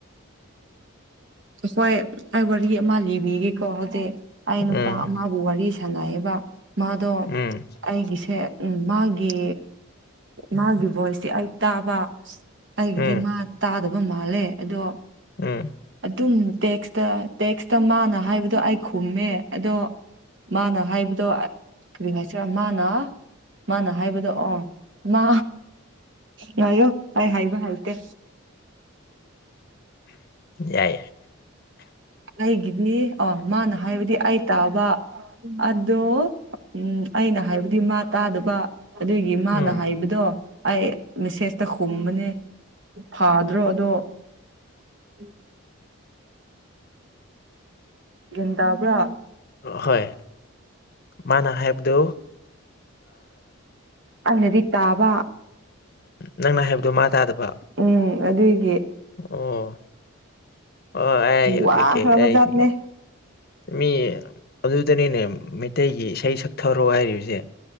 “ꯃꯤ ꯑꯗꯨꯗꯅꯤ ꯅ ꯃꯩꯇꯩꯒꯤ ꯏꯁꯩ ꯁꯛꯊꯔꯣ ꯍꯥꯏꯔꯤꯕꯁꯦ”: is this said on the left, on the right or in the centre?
Left